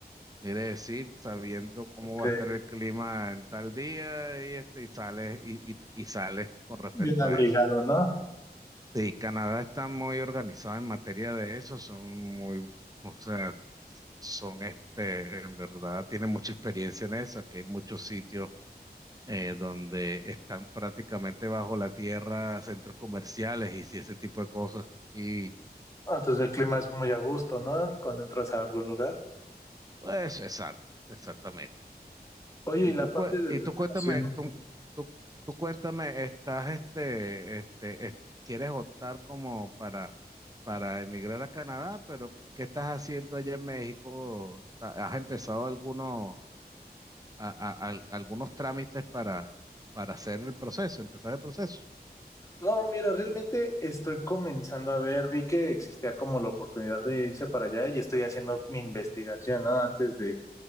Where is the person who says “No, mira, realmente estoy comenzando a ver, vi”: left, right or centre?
Left